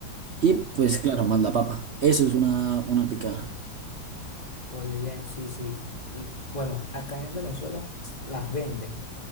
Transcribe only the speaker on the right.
Y pues
claro, más la papa. Eso es una, una picada.